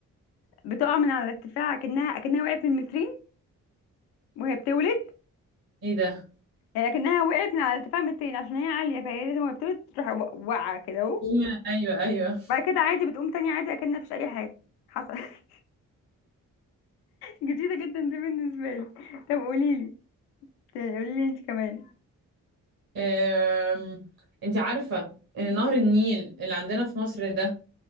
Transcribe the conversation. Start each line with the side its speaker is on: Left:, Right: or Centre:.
Left: بتقع من على ارتفاع كأنها كأنها وقعت من مترين وهي بتولد
Right: ايه ده
Left: يعني كأنها وقعت من على ارتفاع مترين عشان هي عالية فهي لازم وهي بتولد تروح و- واقعة كده اهو
Right: هما- ايوه ايوه
Left: بعد كده عادي بتقوم تاني عادي اكنها مفيش أي حاجة حصل <laughs> جديدة جدا دي بالنسبة لي طب قوليلي قوليلي انت كمان
Right: أم... انت عارفة ان نهر النيل اللي عندنا في مصر ده